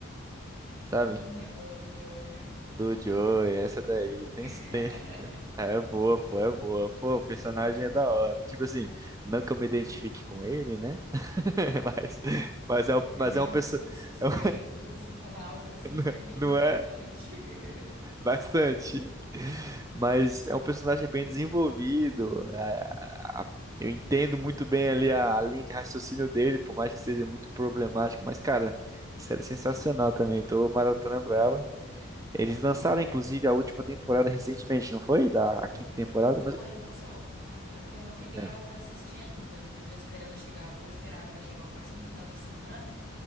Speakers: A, on the right; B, on the right.
A: sabe?
B: Hum, é boa do Joey, né?
A: Do Joey, essa daí. Tem
B: <laughs>
A: esse tem. É boa, pô, é boa. Pô, o personagem é da hora. Tipo assim, não que eu me identifique com ele, né? <laughs> Mas, mas é, um- mas
B: É meio
A: é uma pessoa.
B: suspeito
A: é um-
B: você falar algo assim,
A: <laughs>
B: é meio
A: não
B: preocupante.
A: é.
B: <laughs>
A: Bastante. Mas é um personagem bem desenvolvido. é, a- eu entendo muito bem ali a, a linha de raciocínio dele, por mais que seja muito problemático. Mas, cara, a série é sensacional também. Tô maratonando ela. Eles lançaram, inclusive, a última temporada recentemente, não foi? Da a quinta temporada?
B: Foi,
A: Não sei-
B: lançou. Aham. Eu não peguei
A: É.
B: ela pra assistir ainda. Eu tô esperando chegar, eu vou esperar agora chegar o próximo final de semana.